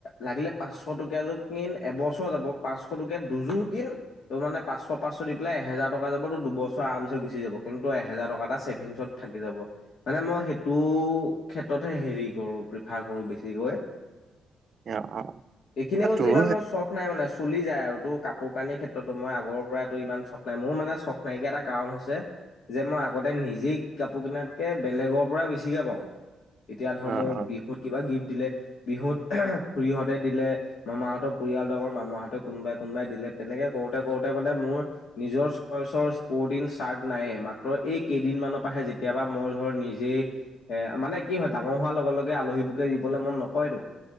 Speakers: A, on the left; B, on the right.
A: লাগিলে পাঁচশ টকীয়াযোৰ কিন এবছৰ যাব, পাঁচশ টকীয়া দুযোৰ কিন তোৰ মানে পাঁচশ, পাঁচশ দি পেলাই এহেজাৰ টকা যাব তোৰ দুবছৰ আৰামচে গুচি যাব কিন্তু এহেজাৰ টকা এটা ছেভিংছত থাকি যাব। মানে মই সেইটো ক্ষেত্ৰতহে হেৰি কৰো প্ৰিফাৰ কৰো বেছিকৈ।
B: অ
A: এইখিনি
B: অ
A: বস্তু
B: তোৰ
A: ইমান মোৰ চখ নাই মানে চলি যায় আৰু তোৰ কাপোৰ-কানিৰ ক্ষেত্ৰতো মই আগৰ পৰাই তোৰ ইমান চখ নাই মোৰ মানে চখ নাইকিয়া এটা কাৰণ হৈছে যে মই আগতে নিজেই কাপোৰ কিনাতকে বেলেগৰ পৰা বেছিকে পাওঁ। এতিয়া ধৰ
B: অ
A: মোক
B: অ
A: বিহুত কিবা গিফ্ট দিলে বিহুত খুৰীহঁতে দিলে, মামাহঁতৰ পৰিয়ালটো আমাৰ মামাহঁতৰ কোনোবাই কোনোবাই দিলে তেনেকে কৰোতে কৰোতে মানে মোৰ নিজৰ চইচৰ স্প'ৰ্টিং, চাৰ্ট নাইয়ে মাত্ৰ মাত্ৰ এই কেইদিনমানৰ পৰাহে যেতিয়াপা মই ধৰ নিজেই এ মানে কি হয় ডাঙৰ হোৱাৰ লগে লগে আলহী বোৰকে দিবলে মন নকৰেটো